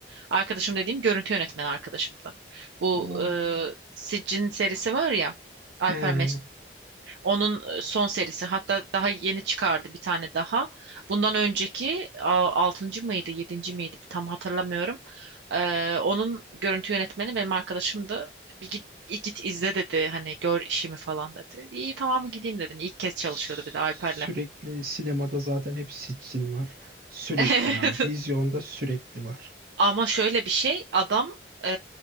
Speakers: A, on the right (about 75°); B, on the right (about 50°).
A: Arkadaşım dediğim görüntü yönetmeni arkadaşımdı. Bu
B: Aa.
A: e, Siccin serisi var ya Alper
B: He.
A: onun e, son serisi hatta daha yeni çıkardı bir tane daha. Bundan önceki altıncı mıydı yedinci miydi tam hatırlamıyorum. Ee, onun görüntü yönetmeni benim arkadaşımdı. Bir git, git izle dedi hani gör işimi falan dedi. İyi tamam gideyim dedim. İlk kez çalışıyordu
B: Sürekli
A: bir de Alper'le.
B: sinemada zaten hep sitsin var. Sürekli
A: <laughs>
B: ha. Vizyonda sürekli var.
A: Ama şöyle bir şey adam e,